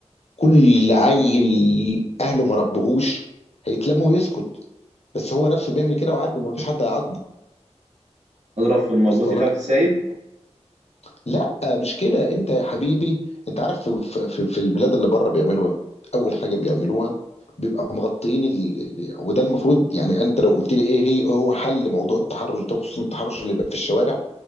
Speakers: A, on the left (about 60°); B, on the right (about 80°).
A: كل عيل اهله ما ربهوش هيتلم ويسكت بس هو نفسه بيعمل كده وعارف ان مفيش حد هيعاقبه
B: اضرب في المربوط
A: وصل
B: يخاف
A: لك
B: السايب
A: لا مش كده انت يا حبيبي انت عارف في, في, في في البلاد اللي بره بيعملوا ايه اول حاجه بيعملوها بيبقى مغطيين ال... وده المفروض يعني انت لو قلت لي ايه هي إيه هو حل موضوع التحرش ده خصوصا التحرش اللي بقى في الشوارع